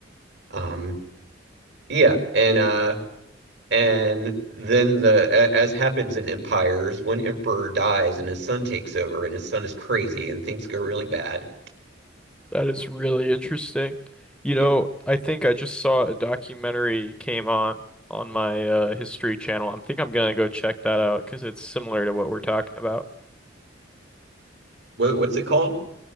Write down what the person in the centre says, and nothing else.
That is really interesting. You
know, I think I just saw a documentary came on on my uh, History channel. I think I'm gonna go check that out because it's similar to what we're talking about.